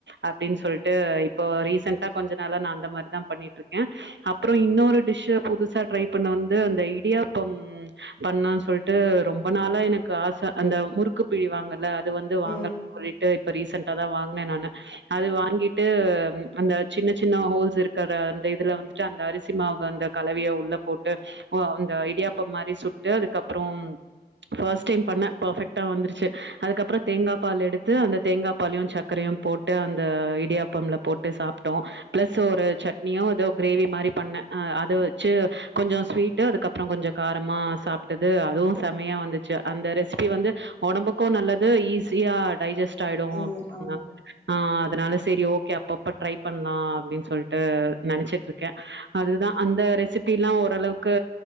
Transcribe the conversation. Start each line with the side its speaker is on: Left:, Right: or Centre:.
Right: அப்டின் சொல்ட்டு இப்ப ரீசன்டா கொஞ்ச நாளா நான்தமர் தா பண்ணீட்ருக்க அப்றோ இன்னோரு டிஷ் புதுசா ட்ரை பண்ணந்து அந்த இடியாப்பம் பண்ணா சொல்ட்டு ரொம்ப ந நாளா எனக்கு ஆச அந்த முறுக்கு பிழிவாங்கல வந்து வாங்கல்
Left: ம்
Right: சொல்லிட்டு இப்ப ரீசன் டாதா வாங்ன நானு அது வாங்கிட்டு அந்த சின்ன சின்ன ஹோல்ஸ் இருக்கற அந்த இதுல வந்துட்டு அந்த அரிசி மாவு அந்த கலவிய உள்ள போட்டு அந்த இடியாப்பம் மாரி சுட்டு அதுக்கப்றோ ஃபர்ஸ்ட்டைம் பண்ண ஃபர்ஃபெக்ட்டா வந்துருச்சு அதுக்கப்றோ தேங்கா பால் எடுத்து அந்த தேங்கா பாலியோ சக்கரயோ போட்டு அந்த இடியாப்பம்ல போட்டு சாப்ட்டோ பிளஸ் ஒரு சட்னியோ தோ கிரேவி மாரி பண்ண அ அத வச்சு கொஞ்சோ ஸ்வீட்டு அதுக்கப்றோ கொஞ்சோ காரமா சாப்ட்டது அதும் செமையா வந்துச்சு அந்த‌ ரெஸ் ரெஸ்பீ வந்து ஒடம்புக்கோ நல்லது ஈ சியா டைஜஸ் ஆயிடு
Left: ம் ஆமா
Right: அதனால ஆ அதனால செரி ஓக்கே அப்பப்ப ட்ரை பண்லா அப்டின் சொல்ட்டு நெனச்சிட்ருக்க அதுதா அந்த ரெசிபிலா ஓரளவுக்கு